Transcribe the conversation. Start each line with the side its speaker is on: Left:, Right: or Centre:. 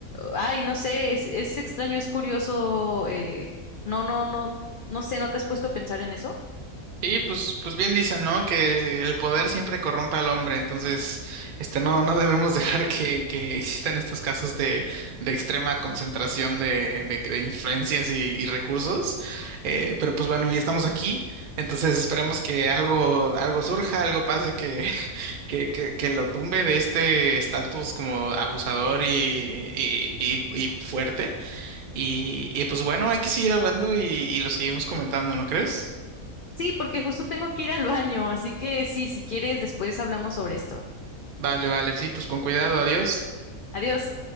Left: ay, no sé, es, es extraño, es curioso, eh, no, no, no, no sé, ¿no te has puesto a pensar en eso?
Right: Sí, pues, pues bien dicen, ¿no? Que el poder siempre corrompe al hombre, entonces, este, no, no debemos <laughs> dejar que, que existan estos casos de, de extrema concentración de, de, de influencias y, y recursos. Eh, pero pues bueno, ya estamos aquí, entonces esperemos que algo, algo surja, algo pase que, <laughs> que, que, que lo tumbe de este estatus como abusador y, y, y, y fuerte. Y, y pues bueno, hay que seguir hablando y, y lo seguimos comentando, ¿no crees?
Left: Sí, porque justo tengo que ir al baño, así que sí, si quieres, después hablamos sobre esto.
Right: Vale, vale, sí, pues con cuidado, adiós.
Left: Adiós.